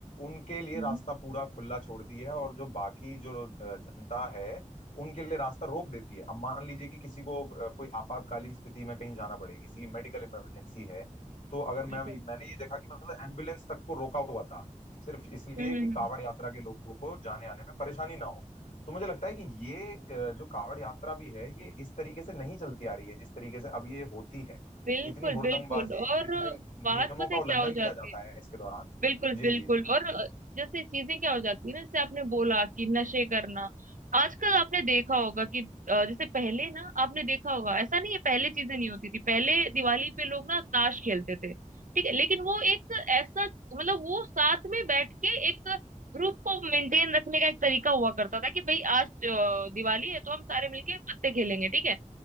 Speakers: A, on the left (about 70°); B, on the right (about 80°).
A: उनके लिए
B: हम्म,
A: रास्ता पूरा खुला छोड़ती है और जो बाकी जो अ, जनता है उनके लिए रास्ता रोक देती है अब मान लीजिए कि किसी को अ, कोई आपातकालीन स्थिति में कहीं जाना पड़े किसी की मेडिकल इमरजेंसी है तो अगर
B: बिल्कुल
A: मैं मैंने ये देखा कि मतलब एम्बुलेंस तक को रोका हुआ था सिर्फ इसलिए
B: हम्म
A: कि
B: हम्म, हम्म।
A: कावड़ यात्रा के लोगों को जाने आने में परेशानी ना हो तो मुझे लगता है कि ये अ, जो कावड़ यात्रा भी है ये इस तरीके से नहीं चलती आ रही है जिस तरीके से अब ये होती है
B: बिल्कुल
A: इतनी हुड़दंगबाजी
B: बिल्कुल और
A: इतने
B: बात
A: नियमों
B: पता
A: का
B: है
A: उल्लंघन
B: क्या हो जाती
A: किया जाता
B: है
A: है इसके दौरान
B: बिल्कुल
A: जी
B: बिल्कुल
A: जी जी
B: और अ, जैसे चीजें क्या हो जाती है ना जैसे आपने बोला कि नशे करना आजकल आपने देखा होगा कि अ, जैसे पहले ना आपने देखा होगा ऐसा नहीं है पहले चीजें नहीं होती थी पहले दिवाली पे लोग ना ताश खेलते थे ठीक है लेकिन वो एक ऐसा मतलब वो साथ में बैठ के एक ग्रुप को मेंटेन रखने का एक तरीका हुआ करता था कि भाई आज अ, दिवाली है तो हम सारे मिलके पत्ते खेलेंगे ठीक है